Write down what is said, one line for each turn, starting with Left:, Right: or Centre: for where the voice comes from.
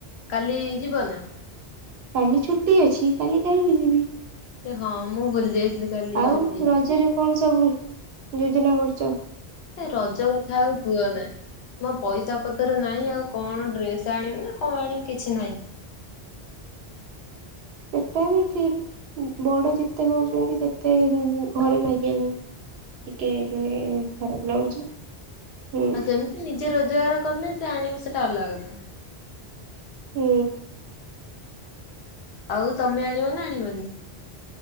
Left: କାଲି ଯିବ ନା?
Right: କାଲି ଛୁଟି ଅଛି କାଲି କାହିଁକି ଯିବି।
Left: ହଁ ମୁଁ ଭୁଲି ଯାଇଥିଲି କାଲି
Right: ଆଉ
Left: ଛୁଟି।
Right: ରଜରେ କଣ ସବୁ ଯୋଜନା କରୁଛ?
Left: ଏ ରଜ କଥା ଆଉ କୁହନା। ମୋ ପଇସା ପତରେ ନାହିଁ ଆଉ କଣ ଡ୍ରେସ୍ ଆଣିବି ନା କଣ ଆଣିବି କିଛି ନାହିଁ।
Right: ସେଟା ବି ଠିକ୍। ବଡ ଯେତେ ହଉଛନ୍ତି ସେତେ ଘରେ ମାଗିବାକୁ ଟିକେ ମାନେ ଖରାପ ଲାଗୁଛି। ହୁଁ।
Left: ଆଉ ସେମିତି ନିଜେ ରୋଜଗାର କଲେ ସେ ଆଣିବୁ ସେଟା ଅଲଗା କଥା।
Right: ହୁଁ।
Left: ଆଉ ତମେ ଆଣିବ ନା ଆଣିବନି?